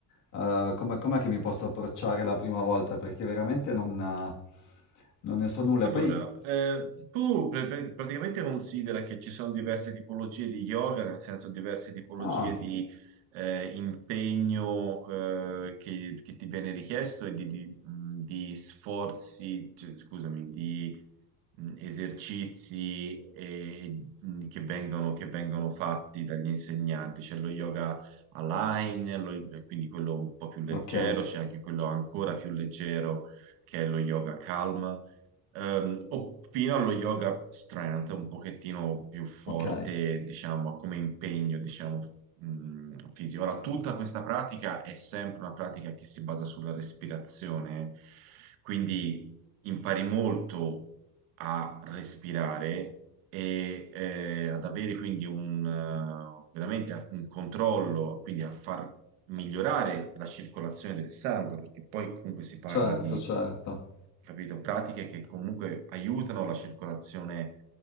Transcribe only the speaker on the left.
eh, come, com'è che mi posso approcciare la prima volta? Perché veramente non, non ne so nulla.
E poi,
ah,
ok,
ok,
certo,
certo.